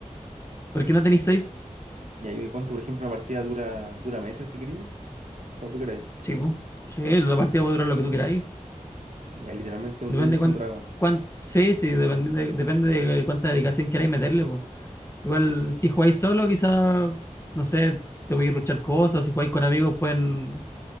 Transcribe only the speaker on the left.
Porque no tenéis save.
Sí, po. Sí, la partida puede durar lo que tú queráis.
Depende
cuánto, sí, sí, depende de, depende de cuánta dedicación queráis meterle, po. Igual, si jugáis solo, quizás, no sé, te voy a ruchar cosas, si jugáis con amigos pueden